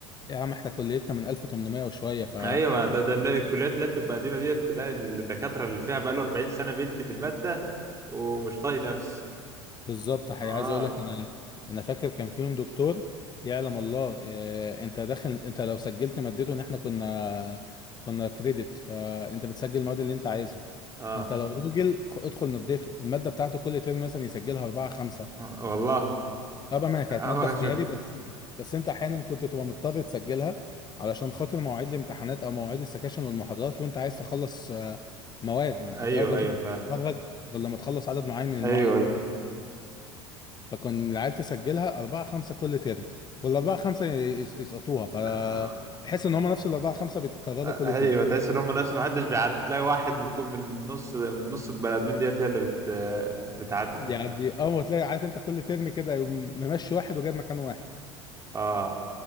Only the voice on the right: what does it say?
ايوه ما ده ده إن الكليات اللي بتبقى قديمه ديت تلاقي الدكاتره اللي فيها بقاله 40 سنه بيدي في الماده ومش طايق نفسه
اه
اه
آه، والله
آه،
ما
كنتش بشوف.
ايوه
ايوه فاهم
ايوه ايوه
آه،
ايوه
تحس ان هم نفس ما حدش بيعدي تلاقي واحد من كل من نص من نص البني ادمين ديت هي اللي بت بتعدي فيه
اه